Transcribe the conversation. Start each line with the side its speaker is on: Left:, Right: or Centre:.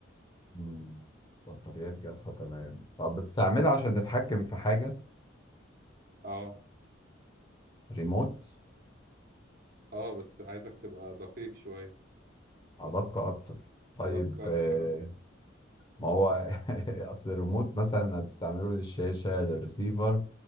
Left: مم. بطاريات جافة تمام طب بتستعملها عشان تتحكم في حاجة
Right: اه
Left: ريموت
Right: اه بس عايزك تبقى دقيق شوية
Left: أدق أكتر طيب
Right: ادق اكتر
Left: آه
Right: اه
Left: ما هو <laughs> أصل الريموت مثلا هتستعمله للشاشة للريسيفر